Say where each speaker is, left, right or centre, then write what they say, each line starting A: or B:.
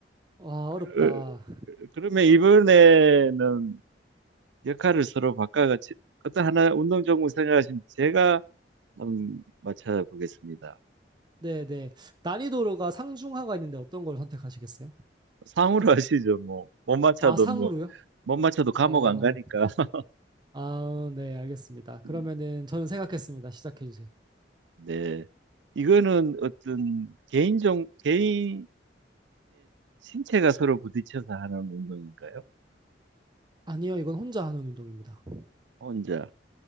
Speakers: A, on the right; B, on the right.
A: 와, 어렵다.
B: 그, 그러면 이번에는 역할을 서로 바꿔가지고 어떤 하나 운동 종목 생각하시면 제가 한번 맞춰보겠습니다.
A: 네, 네. 난이도가 상중하가 있는데 어떤 걸 선택하시겠어요?
B: 상으로 <laughs> 하시죠. 뭐, 못 맞춰도
A: 아, 상으로요?
B: 뭐, 못 맞춰도 감옥
A: 어,
B: 안 가니까. <laughs>
A: 아, 네, 알겠습니다. 그러면은
B: 음,
A: 저는 생각했습니다. 시작해주세요.
B: 네. 이거는 어떤 개인 종, 개인의 신체가 서로 부딪혀서 하는 운동인가요?
A: 아니요, 이건 혼자 하는 운동입니다.
B: 혼자.